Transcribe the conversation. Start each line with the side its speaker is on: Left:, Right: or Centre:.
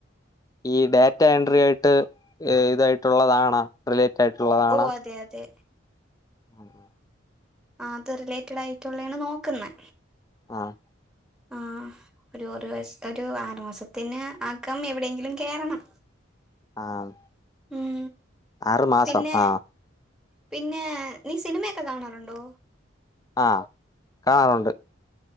Left: ഈ ഡാറ്റ എൻട്രി ആയിട്ട് ഇതായിട്ടുള്ളതാണ റിലേറ്റ് ആയിട്ടുള്ളതാണ.
Centre: ഓഹ് അതെ അതെ.
Left: ആഹ്
Centre: ആഹ് അത് റിലേറ്റഡ് ആയിട്ടുള്ളാണ് നോക്കുന്നെ.
Left: ആഹ്
Centre: ആഹ് ഒരു ഒരു വ ഒരു ആറു മാസത്തിന് ആക്കം എവിടെയെങ്കിലും കേറണം.
Left: ആഹ്
Centre: ഉം
Left: ആറു മാസം
Centre: പിന്നെ
Left: ആഹ്
Centre: പിന്നെ നീ സിനിമയൊക്കെ കാണാറുണ്ടോ?
Left: ആഹ് കാണാറുണ്ട്.